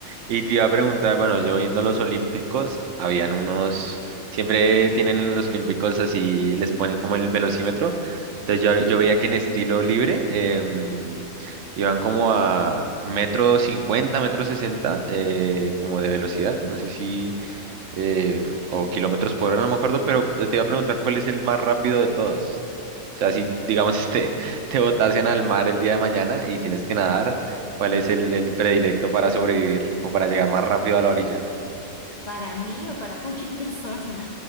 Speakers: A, on the right; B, on the left.
A: Y te iba a preguntar, bueno, yo viendo los olímpicos, habían unos, siempre tienen en los olímpicos así, les ponen como el velocímetro. Entonces yo, yo veía que en estilo libre em, iban como a metro cincuenta, metro sesenta, eh, como de velocidad. No sé si eh, o kilómetros por hora, no me acuerdo, pero eh, te iba a preguntar cuál es el más rápido de todos. O sea, si digamos <laughs> te, te botasen al mar el día de mañana y tienes que nadar, ¿cuál es el, el predilecto para sobrevivir o para llegar más rápido a la orilla?
B: ¿Para mí o para cualquier persona?